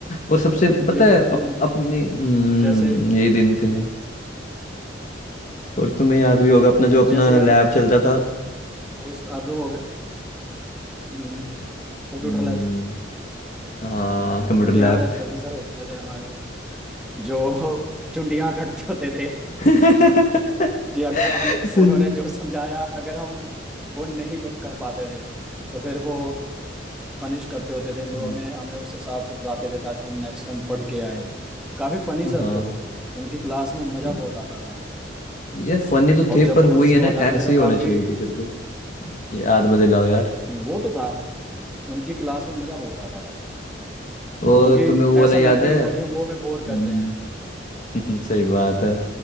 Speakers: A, on the left; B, in the centre.
A: और सबसे
B: अरे
A: पता
B: यही
A: है
B: तो
A: अप,
B: दिन थे
A: अपने हम्म,
B: जैसे
A: ये दिन थे और तुम्हें याद भी होगा अपना
B: अब
A: जो अपना
B: जैसे यार
A: लैब चलता था
B: दोस्त अब हो गए हम्म Computer
A: हम्म,
B: lab
A: हाँ कंप्यूटर
B: मुझे याद
A: लैब
B: है गगन सर होते थे हमारे जो चुंडियां कटते होते थे
A: <laughs>
B: जी अगर हम
A: सही
B: उन्होंने जो समझाया अगर हम वो नहीं बत कर पाते थे तो फिर वो पनिश करते होते थे लोग
A: हम्म,
B: हमें हमें उस हिसाब से डराते थे ताकि हम नेक्स्ट टाइम पढ़ के आए काफी फनी
A: हाँ
B: सर थे वो उनकी क्लास में मजा
A: हम्म,
B: बहुत आता था
A: यार फनी तो
B: और
A: थे
B: जब
A: पर वही
B: गुस्से
A: है
B: हो
A: ना
B: जाते
A: ऐसे
B: थे तो
A: ही होना
B: काफी
A: चाहिए टीचर को याद मत दिलाओ यार
B: वो तो था उनकी क्लास में मजा बहुत आता था
A: और
B: क्योंकि
A: तुम्हें वो वाला
B: ऐसा
A: याद
B: लगता
A: है
B: ही नहीं था कि हम वो हमें बोर
A: हम्म,
B: कर रहे हैं
A: <laughs> सही बात है